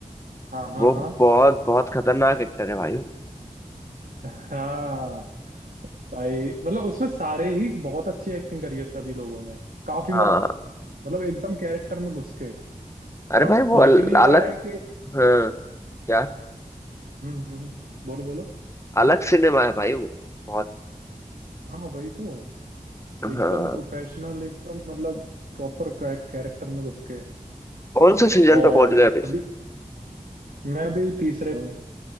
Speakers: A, on the right; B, on the left.
A: हाँ हाँ
B: वो
A: हाँ
B: बहुत बहुत खतरनाक एक्टर है भाई वो।
A: हाँ भाई मतलब उसमें सारे ही बहुत अच्छी एक्टिंग करी है सभी लोगों ने काफी मतलब
B: हाँ
A: मतलब एकदम कैरेक्टर में घुस के
B: अरे
A: और
B: भाई वो
A: लग
B: अल-
A: नहीं
B: अलग
A: रहा है कि
B: हाँ क्या
A: हम्म हम्म हम्म। बोलो बोलो
B: अलग सिनेमा है भाई वो बहुत
A: हाँ वही तो
B: हाँ
A: एकदम प्रोफेशनल एकदम मतलब प्रॉपर कैरेक्टर में घुस के
B: कौन से सीजन
A: और
B: पे पहुंच गया अभी?
A: अभी मैं अभी तीसरे हूँ